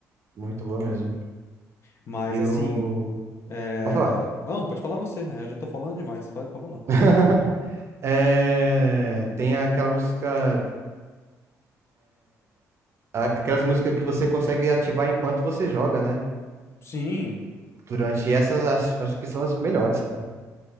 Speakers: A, on the right; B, on the left.
A: muito boa mesmo.
B: Mas
A: E
B: assim,
A: o
B: é...
A: Pode falar.
B: Não, pode falar você, né? eu já tô falando demais, pode, pode falar.
A: <laughs> É, tem aquela música, a- aquelas músicas que você consegue ativar enquanto você joga, né?
B: Sim,
A: Durante essas, acho, acho que são as melhores, cara.